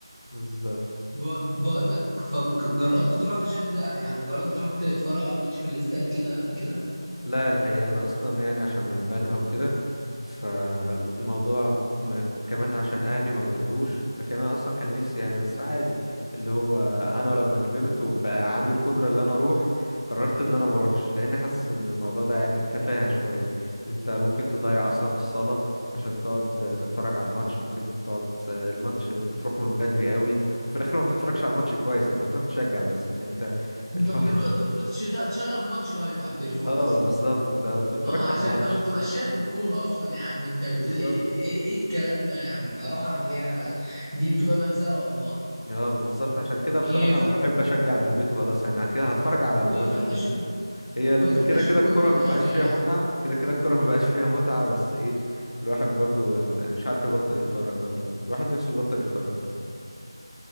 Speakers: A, on the left; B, on the right.
A: بالظبط
B: بق- بقول لك فك- جربت تروح تشجع يعني جربت تروح تتفرج على الماتش في الاستاد كده قبل كده
A: لا الحقيقة أنا أصلا يعني عشان من بنها وكده فالموضوع م... كمان عشان أهلي ما بيرضوش لكن أنا أصلا كان نفسي يعني بس عادي اللي هو أنا لما كبرت وبقى عندي القدرة اللي أنا أروح قررت إن أنا ما أروحش لأن حاسس إن الموضوع ده يعني تفاهة شوية أنت ممكن تضيع أصلا الصلاة عشان تقعد تتفرج على الماتش ممكن تقعد الماتش بتروح من بدري قوي وفي الآخر ما بتتفرجش على الماتش كويس أنت بتروح تشجع بس إن أنت
B: انت
A: الحوار
B: بتروح انت بتروح تش- تشغل الماتش لايف على التليفون
A: <laughs> اه
B: اصلا
A: بالظبط انت بتتفرجش
B: اه
A: على
B: عشان
A: الماتش
B: انت ما بتبقاش شايف الكوره اصلا يا عم انت بتقول
A: بالظبط
B: ايه ايه ايه الكلام ده يا عم اروح اعمل ايه انا دي بتبقى مهزله والله
A: اه بالظبط عشان كده
B: يفت...
A: بصراحة بحب اشجع من البيت وخلاص يعني كده هتفرج على الماتش
B: ويفتشوك
A: شوية هي ال-
B: ويفتشوك
A: كده كده
B: وانت
A: الكرة
B: داخل
A: ما بقاش فيها
B: يا
A: متعة
B: عم
A: كده كده الكرة <laughs> ما بقاش فيها متعة بس ايه الواحد برضو يعني مش عارف يبطل يتفرج والله الواحد نفسه يبطل يتفرج والله